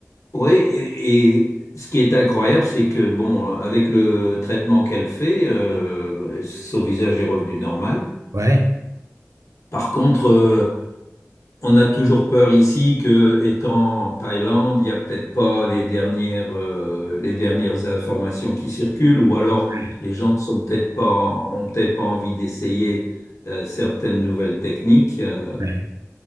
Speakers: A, on the left; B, on the right.
A: Oui, et, et ce qui est incroyable, c'est que bon, avec le traitement qu'elle fait, euh, bah, son visage est revenu normal.
B: Ouais,
A: Par contre, euh, on a toujours peur ici que, étant en Thaïlande, il n'y a peut-être pas les dernières, euh, les dernières informations qui circulent, ou alors
B: ouais,
A: les gens sont peut-être pas, ont peut-être pas envie d'essayer euh, certaines nouvelles techniques. euh.
B: ouais.